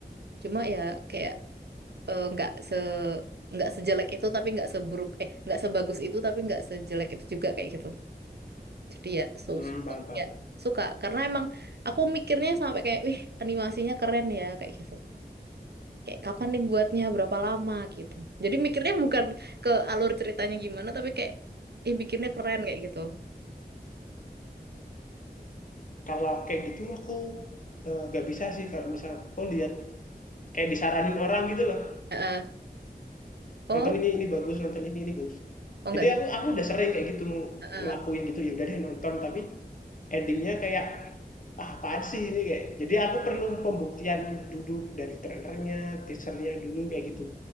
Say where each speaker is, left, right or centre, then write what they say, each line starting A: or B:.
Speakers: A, on the right; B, on the left.
A: Cuma ya kayak eh, nggak se nggak sejelek itu tapi nggak seburuk eh nggak sebagus itu tapi nggak sejelek itu juga kayak gitu jadi ya so,
B: hmm,
A: so-
B: paham,
A: tapi
B: paham.
A: ya
B: paham.
A: suka karena emang aku mikirnya sampai kayak wih animasinya keren ya kayak gitu kayak kapan nih buatnya berapa lama gitu jadi mikirnya bukan ke alur ceritanya gimana tapi kayak eh bikinnya keren kayak gitu
B: kalau kayak gitu aku eh, nggak bisa sih kalau misal oh lihat kayak disaranin orang gitu loh
A: Heeh. oh
B: nonton ini ini bagus nonton ini ini bagus
A: oh nggak
B: jadi
A: bisa
B: aku aku udah sering kayak gitu
A: Heeh.
B: ngelakuin gitu ya udah deh nonton tapi endingnya kayak ah apaan sih ini kayak jadi aku perlu pembuktian dulu dari trailernya teasernya dulu kayak gitu